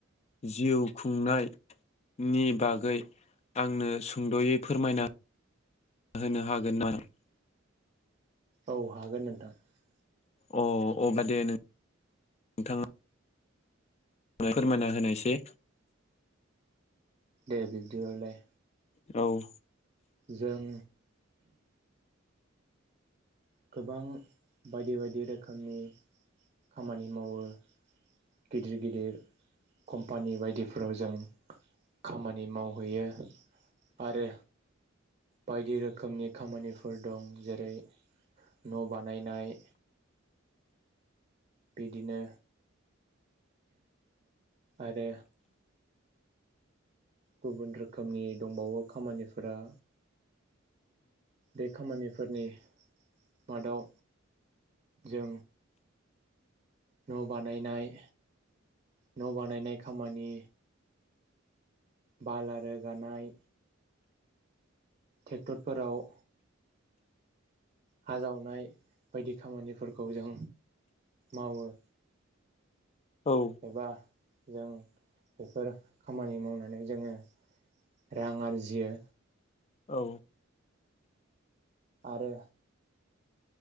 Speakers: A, on the left; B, on the right.
A: जिउ खुंनायनि बागै आंनो सुंद'यै फोरमायना होनो हागोन नामा?
B: औ हागोन नोंथां ।
A: अ अब्ला दे नों नोंथाङा । फोरमायना होनायसै
B: दे बिब्दिबालाय
A: औ
B: जों गोबां बायदि बायदि रोखोमनि खामानि मावो । गिदिर गिदिर कम्पानि बायदिफोराव जों खामानि मावहैयो आरो बायदि रोखोमनि खामानिफोर दं जेरै न' बानायना नाय बिदिनो आरो गुबुन रोखोमनि दंबावो खामानिफोरा बे खामानिफोरनि मादाव जों न' बानायनाय न' बानायनाय खामानि बाला रोगानाय ट्रेक्टरफोराव हा जावनाय बायदि खामानिफोरखौ जों मावो
A: औ
B: एबा जों बेफोर खामानि मावनानै जोङो रां आरजियो
A: औ
B: आरो